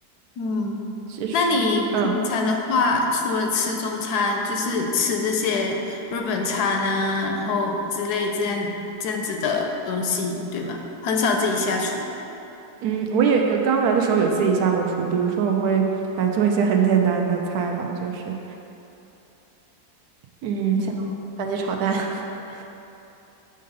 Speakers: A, on the left; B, on the right.
A: 嗯，
B: 其实，
A: 那你平常的话，
B: 嗯
A: 除了吃中餐，就是吃这些日本餐啊，然后之类这样这样子的东西，对吗？很少自己下厨。
B: 嗯，我也有刚来的时候有自己下过厨，比如说我会还做一些很简单的菜吧，就是嗯，
A: 嗯，
B: 像番茄炒蛋 <laughs>